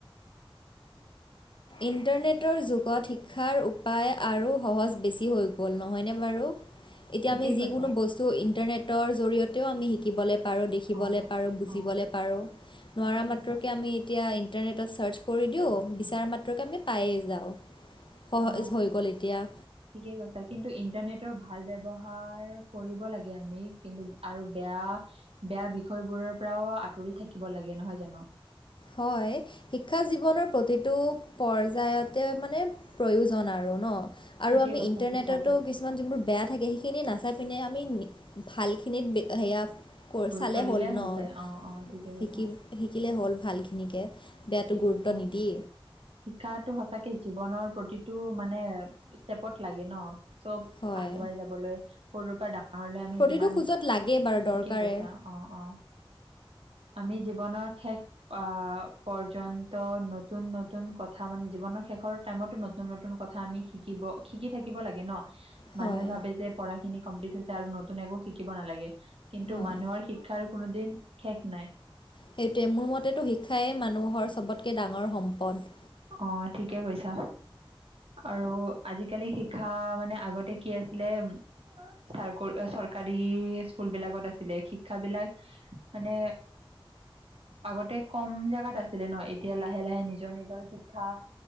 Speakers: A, on the left (about 55°); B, on the right (about 75°).
A: ইণ্টাৰনেটৰ যুগত শিক্ষাৰ উপায় আৰু সহজ বেছি হৈ গ'ল নহয়নে বাৰু? এতিয়া
B: ঠিকে
A: আমি
B: কৈছা
A: যিকোনো বস্তু ইণ্টাৰনেটৰ জৰিয়তে তেওঁ আমি শিকিবলে পাৰোঁ দেখিবলে
B: অ
A: পাৰোঁ বুজিবলে
B: অ
A: পাৰোঁ নোৱাৰা
B: ঠিকে কৈছা
A: মাত্ৰকে আমি এতিয়া ইণ্টাৰনেটত ছাৰ্চ কৰি দিওঁ বিচৰা মাত্ৰকে আমি পায়েই যাওঁ। সহজ
B: অ'
A: হৈ গ'ল এতিয়া
B: ঠিকে কৈছা কিন্তু ইণ্টাৰনেট নেটৰ ভাল ব্যৱহাৰ কৰিব লাগে আমি কিন্তু আৰু বেয়া বেয়া বিষয়বোৰ পৰাওঁ আঁতৰি থাকিব লাগে নহয় জানোঁ?
A: হয় শিক্ষা জীৱনৰ প্ৰতিটো পৰ্যায়ত তে মানে প্ৰয়োজন আৰু ন '।
B: ঠিকে
A: আৰু আমি
B: কৈছা
A: ইণ্টাৰনেটতো
B: শিক্ষাটো
A: কিছুমান যোনবোৰ বেয়া থাকে সেইখিনি নাচাই পিনে আমি ভালখিনিত সেয়া ক
B: গুৰুত্ব
A: চালে হ'ল
B: দিলে হৈ
A: ন'
B: যায় অ অ ঠিকে
A: শিকি
B: কৈছা
A: শিকিলেই হ'ল ভালখিনিকে। বেয়াটো
B: ঠিকেই
A: গুৰুত্ব
B: কৈছা
A: নিদি
B: শিক্ষাটো সঁচাকে জীৱনৰ প্ৰতিটো মানে ষ্টেপ ত লাগে ন' চ'
A: হয়
B: আগুৱাই যাবলৈ। সৰুৰ পৰা ডাঙৰ <unintelligible>
A: প্ৰতিটো
B: যিমান
A: খোজত লাগে বাৰু
B: ঠিকেই
A: দৰকাৰে
B: কৈছা অ অ আমি জীৱনৰ শেষ অহ পৰ্যন্ত নতুন নতুন কথা মানে জীৱনৰ শেষৰ টাইমতো নতুন নতুন কথা আমি শিকিম। ব শিকি থাকিব লাগে ন'।
A: হয়
B: মানুহে ভাবে যে পঢ়াখিনি কমপ্লিট হৈছে আৰু নতুন একো শিকিব নালাগে। কিন্তু
A: হয়
B: মানুহৰ শিক্ষাৰ কোনোদিন শেষ নাই।
A: সেইটোৱে মোৰ মতেটো শিক্ষাই মানুহৰ চবতকে ডাঙৰ সম্পদ।
B: অ ঠিকে কৈছা। আৰু আজিকালি শিক্ষা মানে আগতে কি আছিলে। চাৰকুল চৰকাৰী স্কুলবিলাকত আছিলে শিক্ষাবিলাক মানে আগতে কম যাক গাত আছিলে ন' এতিয়া লাহে লাহে নিজৰ নিজৰ শিক্ষা